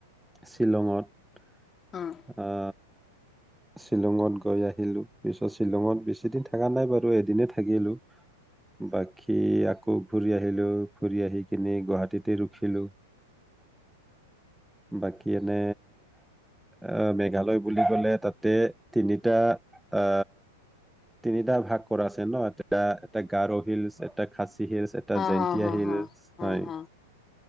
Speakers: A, in the centre; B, on the left (about 20°).
A: শ্বিলঙত।
B: অ',
A: আ শ্বিলঙত গৈ আহিলোঁ, পিছত শ্বিলঙত বেছিদিন থকা নাই বাৰু এদিনে থাকিলোঁ। বাকী আ আকৌ ফুৰি আহিলোঁ, ফুৰি আহি কিনে গুৱাহাটীতে ৰখিলোঁ। বাকী এনে আ, মেঘালয় বুলি‌ ক'লে, ‌‌তাতে তিনিটা আ, তিনিটা ভাগ কৰা আছে ন' এ পা, এটা গাৰো হিলছ এ এটা খাচ হিলছ এটা
B: হ,
A: জয়ন্তীয়া
B: হ, হ,
A: হিলছ
B: হ, হ,
A: হয়।
B: হ,